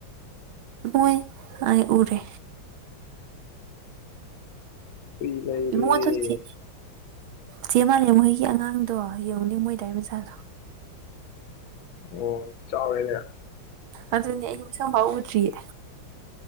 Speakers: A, on the right; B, on the left.
A: ꯃꯣꯏ ꯑꯩ ꯎꯔꯦ
B: ꯍꯨꯏ ꯂꯩꯔꯦ
A: ꯏꯕꯨꯡꯉꯣ ꯑꯗꯨ ꯆꯦ ꯆꯦ ꯃꯥꯂꯦꯝ ꯍꯣꯏꯒꯤ ꯑꯉꯥꯡꯗꯣ ꯌꯦꯡꯉꯨꯅꯦ ꯃꯣꯏꯗꯥꯏ ꯃꯆꯥꯗꯣ
B: ꯑꯣ ꯆꯥꯎꯔꯦꯅꯦ
A: ꯑꯗꯨꯅꯦ ꯑꯩ ꯃꯁꯛ ꯐꯥꯎ ꯎꯗ꯭ꯔꯤꯌꯦ